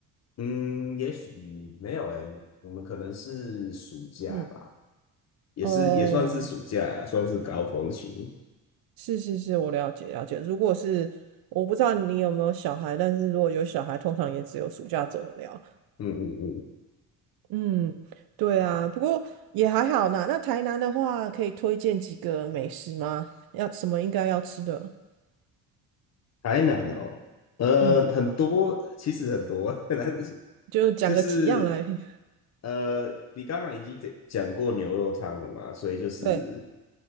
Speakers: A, on the left; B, on the right.
A: 嗯，也许没有诶，我们可能是暑假吧。
B: 嗯，
A: 也是也算是暑假呀，
B: 哦，
A: 算是高峰期。
B: 是是是，我了解了解。如果是我不知道你有没有小孩，但是如果有小孩，通常也只有暑假走得了。
A: 嗯嗯嗯，
B: 嗯，对啊，不过也还好啦。那台南的话，可以推荐几个美食吗？要什么应该要吃的？
A: 台南哦，呃，
B: 嗯，
A: 很多，其实很多，<laughs> 但是
B: 就讲个几样来。
A: 就是
B: <laughs>
A: 呃，你刚刚已经讲讲过牛肉汤了嘛，所以就是
B: 对，